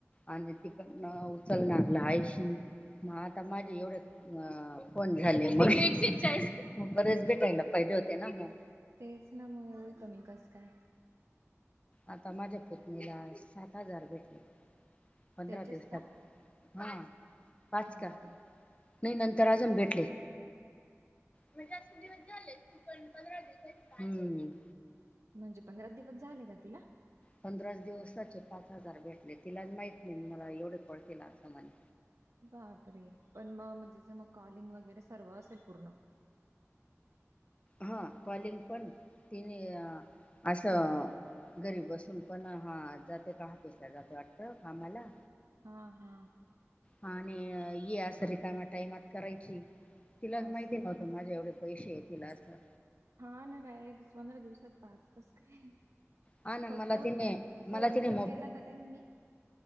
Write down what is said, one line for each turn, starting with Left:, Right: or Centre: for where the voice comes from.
Left: आणि तिक न उचलणारला आऐशी मग आता माझे एवढे अ कोण झाले मग बरेच भेटायला पाहिजे होते ना मग
Right: तेच ना मग एवढ कमी कस काय
Left: आता माझ्या पुत्नीला सात हजार भेटले पंधरा
Right: त्याचेच
Left: दिवसात
Right: का
Left: हा पाच
Right: बापरे
Left: का नाही नंतर अजून भेटले म्हणजे अस दिवस झाले क पण पंधरा दिवस आहे पा
Right: म्हणजे पंधरा दिवस झाले का तिला
Left: पंधराच दिवसाचे पाच हजार भेटले तिला माहित नाही मी मला एवढे पळतीलला असं म्हणे
Right: बापरे पण मगग तिचं मग कॉलिंग वगैरे सर्व असेल पूर्ण
Left: हा कॉलिंग पण तिने असं घरी बसून पण हा जाते का हाफिस ला जाते वाटत कामाला
Right: हा हा
Left: हा आणि ये स र कायमा टाईमात करायची तिला माहिती
Right: असं आहे
Left: नव्हतं
Right: का
Left: माझे एवढे पैसे आहे तिला असं
Right: हा ना डायरेक्ट पंधरा दिवसात पाच कस काय
Left: हा ना
Right: फक्त
Left: मला तिने
Right: फोनच
Left: मला तिने
Right: केलं का त्यांनी